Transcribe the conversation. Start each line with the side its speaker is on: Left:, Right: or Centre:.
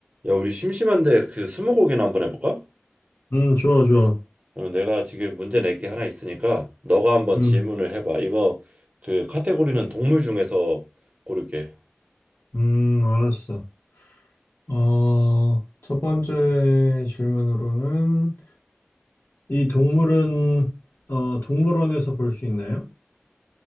Right: 야, 우리 심심한데 그 스무고개나 한번 해볼까?
Left: 음, 좋아, 좋아.
Right: 그러면 내가 지금 문제 낼 게 하나 있으니까 너가 한번
Left: 음,
Right: 질문을 해봐. 이거 그 카테고리는 동물 중에서 고를게.
Left: 음, 알았어. 어, 첫 번째 질문으로는 이 동물은 어, 동물원에서 볼 수 있나요?